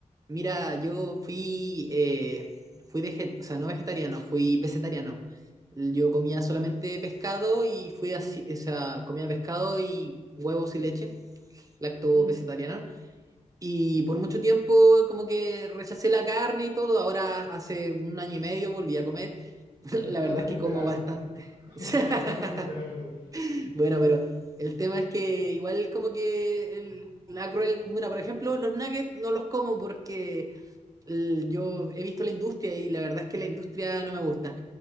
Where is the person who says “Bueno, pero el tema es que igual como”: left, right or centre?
Right